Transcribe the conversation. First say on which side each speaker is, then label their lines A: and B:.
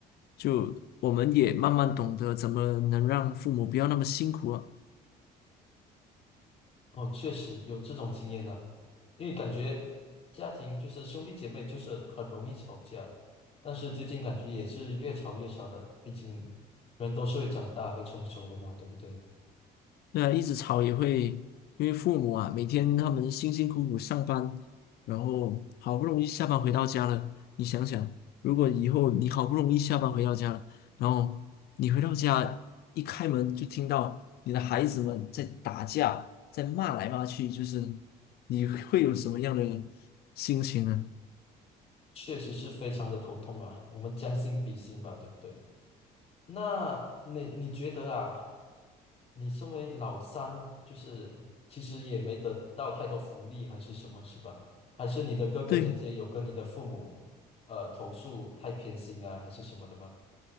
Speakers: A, on the left; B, on the left.
A: 就我们也慢慢懂得怎么能让父母不要那么辛苦啊。
B: 哦，确实有这种经验呢，因为感觉家庭就是兄弟姐妹就是很容易吵架，但是最近感觉也是越吵越少了，毕竟人都是会长大会成熟的嘛，对不对？
A: 对啊，一直吵也会，因为父母啊，每天他们辛辛苦苦上班，然后好不容易下班回到家了，你想想，如果以后你好不容易下班回到家了，然后你回到家一开门就听到你的孩子们在打架，在骂来骂去，就是你会有什么样的心情呢？
B: 确实是非常的头痛啊，我们将心比心吧，对不对？那你你觉得啊，你身为老三，就是其实也没得到太多福利，还是什么，是吧？还是你的哥哥姐姐有跟你的父母呃投诉太偏心啊，
A: 对，
B: 还是什么的吗？